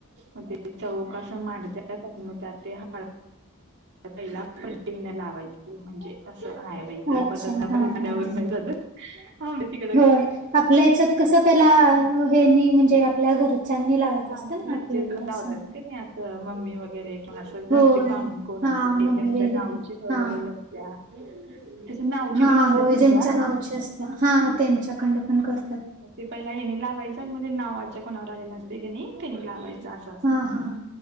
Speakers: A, on the right; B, on the right.
A: मग ते चौक अस मांडत म आ ते ह पन लावायचं म्हणजे कसं आहे बा तर
B: अच्छा
A: बदत ना
B: हा
A: पहि आल्यावर
B: हा
A: नाही झालं. हा वतिक-
B: हो आपल्या हच्यात कसं पहिला हेनी म्हणजे आपल्या घरच्यांनी लाव
A: हा
B: अस ना
A: घरचेच
B: आपल्या इकडं
A: लावतात
B: असां-
A: नाही असं मम्मी वगैरे <unintelligible> असं घरची
B: होय
A: पाहुणी कोण
B: हा
A: असत ते
B: मम्मी
A: जच्या
B: वगैरे
A: नावची हह
B: हा
A: झालेल्या असत्या <unintelligible> तस नावची
B: हा
A: पण असते
B: होय
A: त्यांच्यात
B: ज्यांच्या नावची
A: <unintelligible>
B: असत्या हा त्यांच्याकड पण करतात <unintelligible>
A: ते पहिला हेिनी लावायचं आणि मध्ये ते नावाच्या कोणावर आलेलं असते की तेनी लावायचं असं
B: हा हा